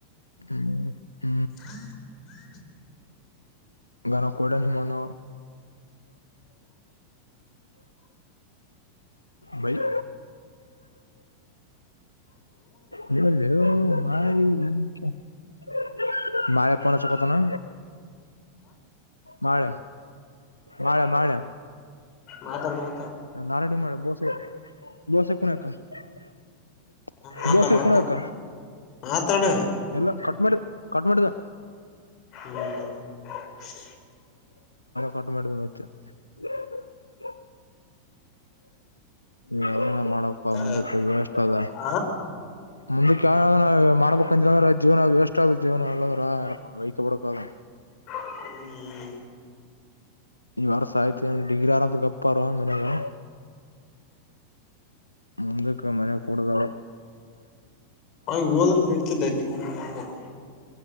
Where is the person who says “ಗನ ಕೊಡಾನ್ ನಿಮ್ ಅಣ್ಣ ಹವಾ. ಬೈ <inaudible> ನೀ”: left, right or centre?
Left